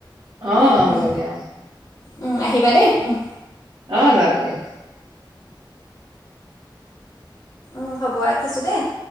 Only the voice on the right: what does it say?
অ
হ'ব
দিয়া অ
অ যাওঁ দিয়া।